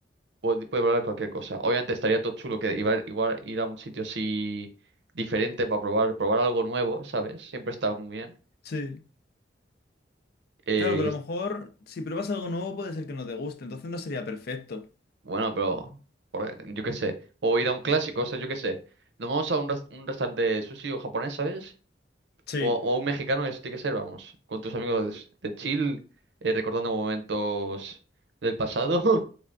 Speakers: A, on the right (about 70°); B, on the left (about 60°).
A: Puede, puede probar cualquier cosa. Obviamente estaría todo chulo que iba- igual ir a un sitio así diferente para probar, probar algo nuevo, ¿sabes? Siempre está muy bien.
B: Sí.
A: Eh,
B: Claro, pero
A: y es-
B: a lo mejor si pruebas algo nuevo puede ser que no te guste, entonces no sería perfecto.
A: bueno, pero por- yo qué sé. O ir a un clásico, o sea, yo qué sé. Nos vamos a un, res- un restaurante sushi o japonés, ¿sabes?
B: Sí,
A: O, o a un mexicano, eso tiene que ser, vamos. Con tus amigos de chill, eh, recordando momentos del pasado. <laughs>